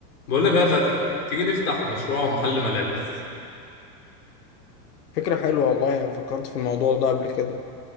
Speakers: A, on the left; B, on the left.
A: بقول لك يا فتحي تيجي نفتح مشروع محل ملابس
B: فكرة حلوة والله أنا فكرت في الموضوع ده قبل كده